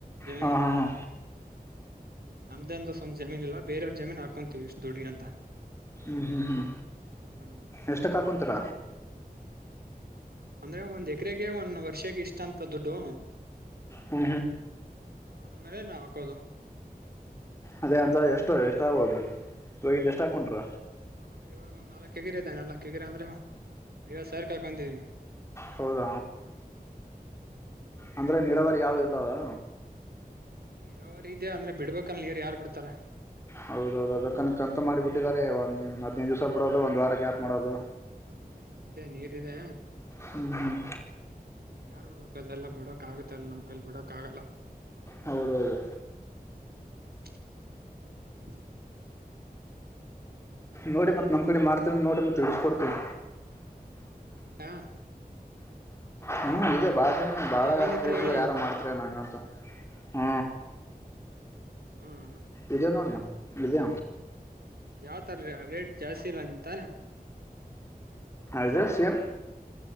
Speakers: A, on the right (about 80°); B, on the left (about 15°).
A: ಜಮೀನು
B: ಹ ಹಾ
A: ಹೂ
B: ಹಾ
A: ನಮ್ದೇ ಅಂತ ಸ್ವಂತ ಜಮೀನೀಲ್ಲ ಬೇರವ್ರ ಜಮೀನ್ ಹಾಕೊಂತೀವಿ ಎಷ್ಟು ದುಡ್ಡುಗ ಅಂತ
B: ಹ್ಮ್ ಹ್ಮ್ ಹ್ಮ್
A: ಹ್ಮ್
B: ಎಷ್ಟ ಕಾ ಕುಂತರ
A: ಅಂದ್ರೆ ಒಂದ್ ಎಕರೆಗೆ ಒಂದ ವರ್ಷಕ್ಕೆ ಇಷ್ಟ ಅಂತ ದುಡ್ಡು
B: ಹು
A: ಅದ್ರ ಮೇಲೆ ನಾ ಹಾಕೋದು
B: ಅದೇ ಅಂದ್ರ ಎಷ್ಟು ಎಷ್ಟ ಆಗೋದು ಈವಾಗಿಂದ ಎಷ್ಟ ಹಾಕಂಟ್ರ
A: ಹಾ ಇವಾಗ ಒಂದ್ ನಾಲ್ಕಕ್ ಎಕರೆ ಇದೆ ನಾಲ್ಕಕ್ ಎಕರೆ ಅಂದ್ರೆ ಐವತ್ತು ಸಾವಿರ ಕ ಹಾಕೊಂತಿದವಿ
B: ಹೌದ ಅಂದ್ರೆ ನೀರಾವರಿ ಯಾವ್ದ ಇಲ್ಲವಾ
A: ನೀರಾವರಿ ಇದೆ ಅಂದ್ರೆ ಬಿಡ್ಬೇಕಲ್ ನೀರ್ ಯಾರ ಬಿಡ್ತಾರ
B: ಹೌದೌದು ಅದ ಕನಕ ಅಂತ ಮಾಡಿಬಿಟ್ಟಿದ್ದಾರೆ ಒಂದ್ ಹದಿನೈದು ದಿವ್ಸ ಬಿಡೋದು ಒಂದ್ ವಾರ ಗ್ಯಾಪ್ ಮಾಡೋದು
A: ಹ್ಮ ಇದೆ ನೀರಿದೆ
B: ಹ್ಮ್ ಹ್ಮ್
A: ಯಾರ ಬಿಡಕಬೇಕು ಅದೆಲ್ಲಾ ಬಿಡಕ್ ಆಗೆತೆ ಅಲ್ಲ ನಮ್ ಕೈಲ್ ಬಿಡಕ್ ಆಗಲ್ಲ
B: ಹೌದೌದು
A: ಹ್ಮ್ ಹ್ಮ್ ಹ್ಮ
B: ನೋಡಿ ಮತ್ತು ನಮ್ಮ ಕಡೆ ಮಾಡ್ತೀರಿ ಏನ್ ನೋಡಿ ಮತ್ತು ಇಡಿಸಕೊಡ್ತೀವಿ
A: ಹಾ
B: ಹ್ಮ್ ಇದೆ ಭಾಳ ಭಾಳ
A: ಜಮೀನ್ ಇದ್ರೆ
B: ಕೀತಾಗ
A: ಹೇಳಿ
B: ಯಾರೋ ಮಾಡ್ತೀರ ನಂ ಹ್ಮ
A: ಹ್ಮ್
B: ಇದೆ ನೋಡೇ ಇದೆ
A: ಯಾವತರ ರೇಟ್ ಜಾಸ್ತಿ ಇಲ್ಲ ಅಂತ.
B: ಅದ ಸೇಮ್